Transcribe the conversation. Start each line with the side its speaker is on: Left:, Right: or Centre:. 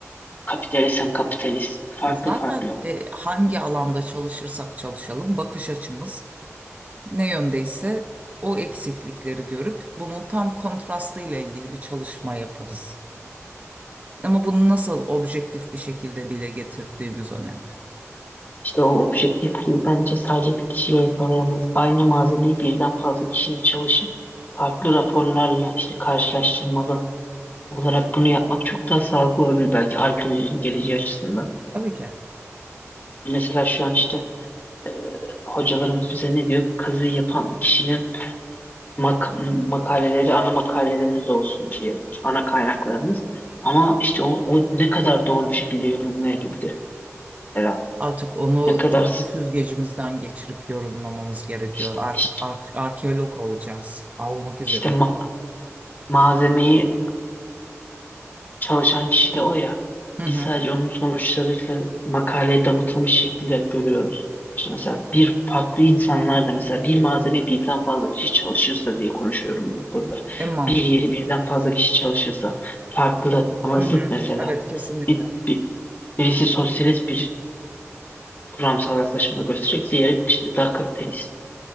Left: kapitalistsen kapitalist. Farklı
Right: E Zaten
Left: farklı.
Right: e, hangi alanda çalışırsak çalışalım bakış açımız ne yöndeyse o eksiklikleri görüp bunun tam kontrastı ile ilgili bir çalışma yaparız. Ama bunu nasıl objektif bir şekilde dile getirdiğimiz önemli.
Left: İşte o objektifliği bence sadece bir kişiyle yakalayamayız. Aynı malzemeyi birden fazla kişinin çalışıp farklı raporlarla işte karşılaştırmalı olarak bunu yapmak çok daha sağlıklı olabilir belki arkeolojinin geleceği açısından.
Right: Tabii ki.
Left: Mesela şu an işte e, hocalarımız bize ne diyor? Kazıyı yapan kişinin mak makaleleri ana makalelerimiz olsun diye ana kaynaklarımız. Ama işte o, o ne kadar doğru bir şekilde yorumlayabildi mesela.
Right: Artık onu
Left: Ne kadarsın?
Right: kendi süzgecimizden geçirip yorumlamamız gerekiyor.
Left: İşte,
Right: Artık
Left: işte,
Right: ar- arkeolog olacağız. Almak üzere.
Left: işte ma- malzemeyi çalışan kişi de o ya.
Right: Hı hı.
Left: Biz sadece onun sonuçlarıyla makaleye damıtılmış şekliyle görüyoruz. İşte mesela bir farklı insanlar da mesela bir malzeme birden fazla kişi çalışırsa diye konuşuyorum ben burada.
Right: En mantıklı.
Left: Bir yeri birden fazla kişi çalışırsa farklı ama
Right: Hı
Left: zıt
Right: hı.
Left: mesela.
Right: Evet kesinlikle.
Left: Bir, bir- birisi sosyalist bir kuramsal yaklaşımda gösterecek, diğeri işte daha kapitalist.